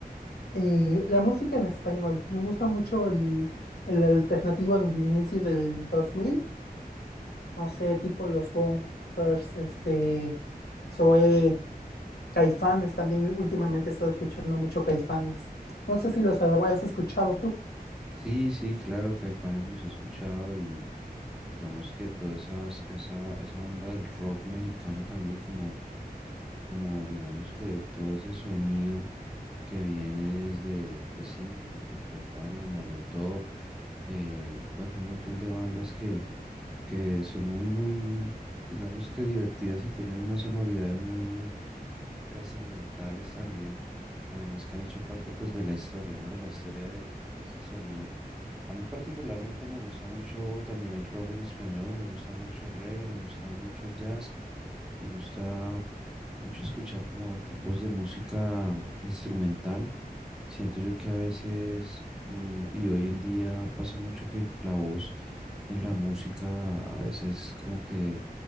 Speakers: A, on the left; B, in the centre.
A: Eh, la música en español. Me gusta mucho el, el alternativo de inicios del dos mil No sé, tipo los Bunkers, este, Zoé, Caifanes. También últimamente he estado escuchando mucho Caifanes. No sé si los habrás escuchado tú.
B: Sí, sí, claro, Caifanes los he escuchado y. digamos que toda esa, esa, esa onda del rock mexicano también como, como digamos que todo ese sonido que viene desde, pues sí, desde Caifanes, Molotov, el- bueno, un montón de bandas que, que son muy, muy, digamos que divertidas y tienen unas sonoridades muy trascendentales también, además que han hecho parte pues de la historia, ¿no? De la historia de, de ese sonido. A mí particularmente me gusta mucho también el rock en español, me gusta mucho el reggae, me gusta mucho el jazz, me gusta mucho escuchar como tipos de música mm, instrumental. Siento yo que a veces, mm, y hoy en día pasa mucho que la voz en la música a veces como que